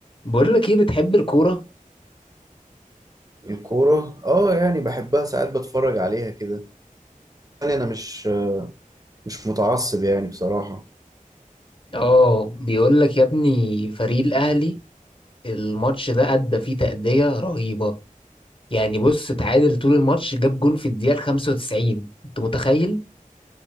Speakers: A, on the left (about 40°); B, on the right (about 25°).
A: بقول لك ايه بتحب الكورة؟
B: الكورة اه يعني بحبها ساعات بتفرج عليها كده يعني انا مش مش متعصب يعني بصراحة
A: اه بيقول لك يا ابني فريق الاهلي الماتش ده ادى فيه تأدية رهيبة يعني بص اتعادل طول الماتش جاب جون في الدقيقة ال 95 انت متخيل؟